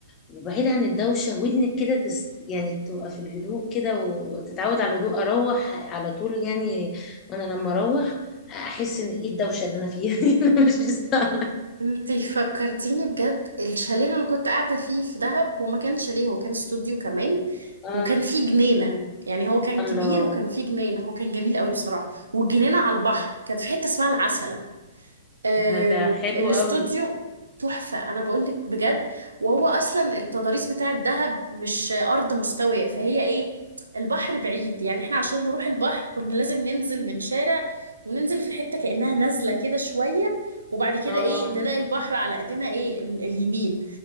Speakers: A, on the left; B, on the right.
A: وبعيد عن الدوشه ودنك كده تس... يعني تبقى في الهدوء كده وتتعود على الهدوء اروح على طول يعني وانا لما اروح احس ان ايه الدوشه اللي انا فيها دي <laughs> انا مش مستاهله
B: انتي فكرتيني بجد الشاليه اللي انا كنت قاعدة فيه في دهب هو ما كانش شاليه هو كان استوديو كمان
A: اه
B: وكان فيه جنينة يعني هو كان
A: الله
B: كبير وكان فيه جنينة هو كان جميل قوي بصراحة والجنينة على البحر كانت في حتة اسمها العسل آم،
A: ده ده حلو
B: الاستوديو
A: قوي
B: تحفة أنا بقولك بجد وهو أصلا التضاريس بتاع الدهب مش أرض مستوية فهي إيه البحر بعيد يعني إحنا عشان نروح البحر كنا لازم ننزل من شارع وننزل في حتة كأنها نازلة كده شوية وبعد كده
A: اه
B: إيه نلاقي البحر على إيدينا إيه ال- اليمين